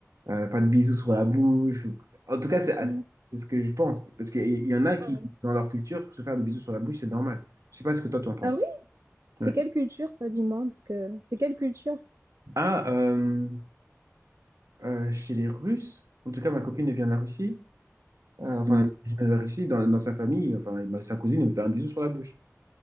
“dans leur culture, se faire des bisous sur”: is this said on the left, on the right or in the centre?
Right